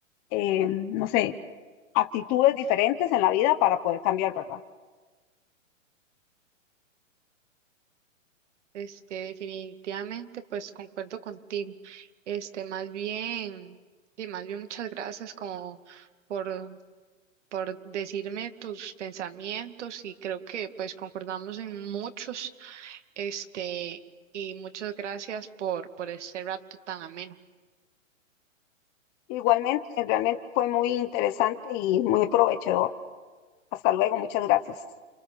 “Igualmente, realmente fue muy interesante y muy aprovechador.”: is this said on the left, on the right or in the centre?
Left